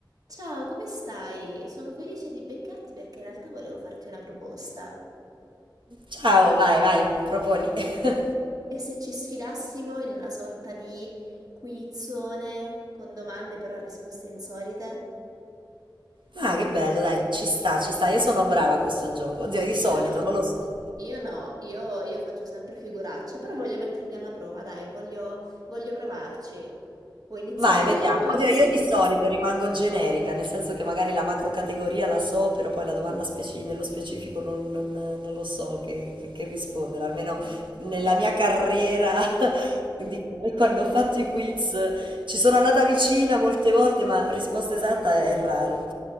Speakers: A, on the right (about 50°); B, on the right (about 75°).
A: Ciao, come stai? Sono felice di beccarti perché in realtà volevo farti una proposta.
B: Ciao, vai, vai, proponi. <laughs>
A: E se ci sfidassimo in una sorta di quizzone con domande però a risposte insolite?
B: Ma che bello, dai, ci sta, ci sta. Io sono brava a questo gioco. Oddio,
A: Se-
B: di solito,
A: io no,
B: non lo so.
A: io no, io, io faccio sempre figuracce, però voglio mettermi alla prova, dai, voglio, voglio provarci. Vuoi iniziare
B: Vai,
A: io
B: vediamo.
A: o
B: Oddio,
A: inizio...
B: io di solito rimango generica, nel senso che magari la macro categoria la so, però poi la domanda speci- nello specifico non, non- non lo so che, che- che rispondere. Almeno
A: Mm.
B: nella mia carriera, <laughs> di quando ho fatto i quiz, ci sono andata vicina molte volte, ma risposta esatta è raro.